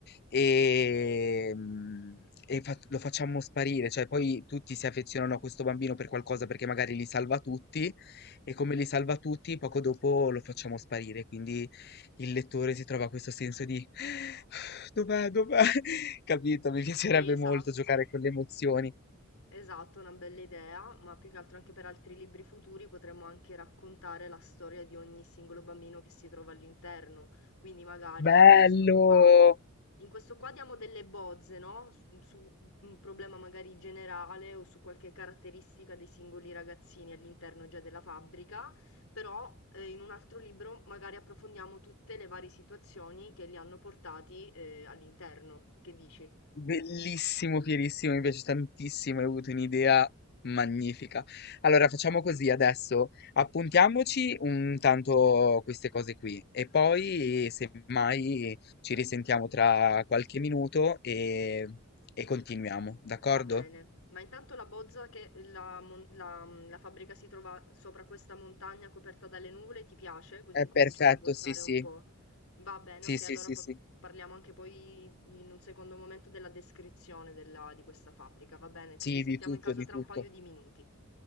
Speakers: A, on the left; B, on the left.
A: e, mm, e fa- lo facciamo sparire, cioè poi tutti si affezionano a questo bambino per qualcosa perché magari li salva tutti e come li salva tutti, poco dopo lo facciamo sparire, quindi il lettore si trova questo senso di <sighs> dov'è, dov'è? <laughs> Capito? Mi piacerebbe
B: Sì, esatto.
A: molto giocare con le emozioni.
B: Esatto, una bella idea, ma più che altro anche per altri libri futuri potremmo anche raccontare la storia di ogni singolo bambino che si trova all'interno. Quindi magari
A: Bello!
B: in questo qua, in questo qua diamo delle bozze, no? Su, su un problema magari generale o su qualche caratteristica dei singoli ragazzini all'interno già della fabbrica, però eh, in un altro libro magari approfondiamo tutte le varie situazioni che li hanno portati eh, all'interno. Che dici?
A: Bellissimo, fierissimo, mi piace tantissimo, hai avuto un'idea magnifica. Allora, facciamo così adesso, appuntiamoci un tanto queste cose qui e poi, semmai, ci risentiamo tra qualche minuto e, e continuiamo, d'accordo?
B: Va bene, ma intanto la bozza che la, mon- la- la fabbrica si trova sopra questa montagna coperta dalle nuvole ti piace? Così
A: È
B: incomincio
A: perfetto,
B: ad abbozzare
A: sì, sì,
B: un po'. Va bene,
A: sì,
B: ok,
A: sì,
B: allora
A: sì,
B: pa-
A: sì.
B: parliamo anche poi in un secondo momento della descrizione della- di questa fabbrica, va bene?
A: Sì,
B: Ci risentiamo
A: di tutto,
B: in caso
A: di
B: tra
A: tutto.
B: un paio di minuti.